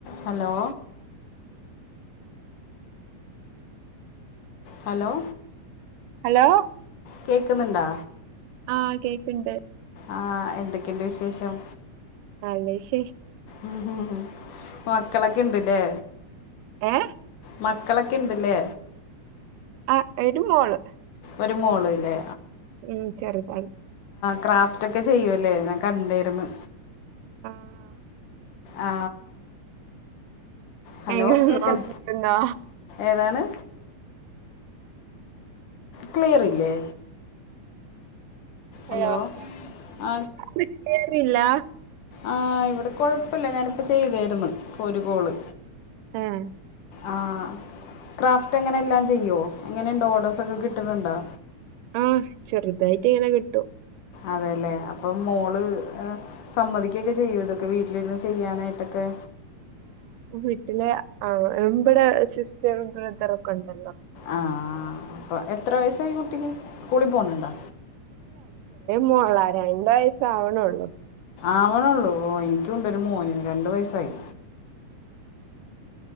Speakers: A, on the left (about 80°); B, on the right (about 85°).
A: Hello hello
B: hello
A: കേക്കുന്നുണ്ടാ
B: ആ കേക്ക്ണ്ട്
A: ആ എന്തൊക്കെയുണ്ട് വിശേഷം
B: നല്ല വിശേ
A: ഉം മക്കളൊക്കെ ഇണ്ട്ല്ലേ
B: ഏ
A: മക്കളൊക്കെ ഇണ്ട് ല്ലേ
B: ആ ഒരുമോള്
A: ഒരു മോള്ല്ലേ
B: ഉം ചെറുതാണ്
A: ക്രാഫ്റ്റ് ഒക്കെ ചെയ്യുവല്ലേ ഞാൻ കണ്ടിരുന്ന്
B: ആഹ്
A: ആ ഹലോ
B: എങ്ങനെ
A: കേക്കൻ
B: നോക്കിട്ടുണ്ടോ
A: ഏതാണ് ക്ലിയർ ഇല്ലേ?
B: ഹലോല്ല
A: ഹലോ ആ ആഹ് ഇവിടെ കൊഴപ്പില്ല ഞാനിപ്പോ ചെയ്തായിരുന്നു ഒരു കോള്
B: ആഹ
A: ആ ക്രാഫ്റ്റ് എങ്ങനെ എല്ലാം ചെയ്യുമോ എങ്ങനെയുണ്ടോ ഓർഡേഴ്സൊക്കെ കിട്ടുന്നുണ്ടോ
B: ആഹ് ചെറുതായിട്ട് ഇങ്ങനെ കിട്ടു
A: അതെല്ലേ അപ്പൊ മോള് സമ്മതിക്കൊക്കെ ചെയ്യും ഇതൊക്കെ വീട്ടിലിരുന്ന് ചെയ്യാനായിട്ടൊക്കെ
B: വീട്ടിലെ ആ ഇവിടെ സിസ്റ്ററും ബ്രദറ ഒക്കെ ഉണ്ടല്ലോ
A: ആഹ അപ്പ എത്ര വയസായി കുട്ടിക്ക് സ്കൂളിൽ പോണണ്ടോ
B: മോളാര എണ്ട വയസ്സ ആാവണള്ളൂ
A: ആവനേ ഉള്ളു എനിക്കുണ്ട് ഒരു മോന് രണ്ടു വയസായി